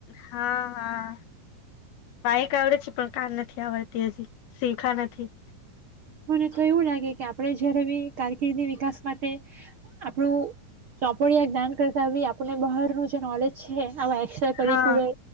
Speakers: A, on the left (about 80°); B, on the right (about 70°).
A: હા હા બાઈક આવડે છે. પણ કાર નથી આવડતી હજી શીખા નથી
B: મને તો એવું લાગે કે આપડે જયારે બી કારકિર્દી વિકાસ માટ પે આપણું ચોપોળિયા જ્ઞાન કરતા આવી આપણને બહારનું જે નોલેજ છે આવા એસ્ટ્રા કરિક્યુલર
A: હા